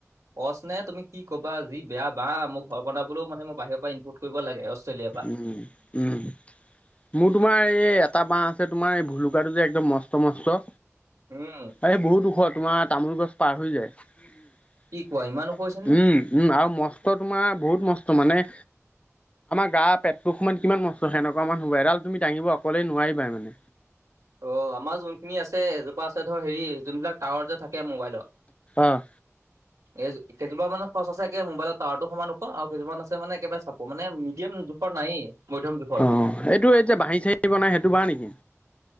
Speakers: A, on the right; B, on the left.
A: সচ নে তুমি কি কবা যি বেয়া বা মোৰ ঘৰ বনাবলৈও মানে মোৰ বাহিৰৰ পৰা ইনপোৰ্ট কৰিব লাগে অষ্ট্ৰেলিয়াৰ পৰা
B: উম উম মোৰ তোমাৰ এই এটা বাঁহ আছে তোমাৰ এই ভুলুকাটো যে একদম মস্ত মস্ত
A: উম,
B: এই বহুত ওখ তোমাৰ তামোল গছ পাৰ হৈ যায় উম
A: কি কোৱা ইমান ওখ হৈছে নে?
B: উম আৰু ম স্ত তোমাৰ বহুত মস্ত মানে। তা পেটতো সময়ত কিমান মস্ত সেনেকোৱা মান হ'ব এডাল তুমি দাঙিব অকলেই নোৱাৰিবা মানে।
A: অ আমাৰ যোনখিনি আছে এজোপা আছে ধৰ হেৰি যোনবিলাক টাৱাৰ যে থাকে মোবাইলৰ
B: অ'।
A: এই কেইজোপা মানে খৰচ আছে মোবাইলৰ টাৱাৰতো সমান ওখ আও কেইজোমান আছে মানে একেবাৰে চাপ মানে মিডিয়েম জোখৰ নায়েই মধ্যম জোখৰ।
B: অ এইটো এতিয়া বাঁহি চাহি বনাই সেইটো বাহঁ নেকি?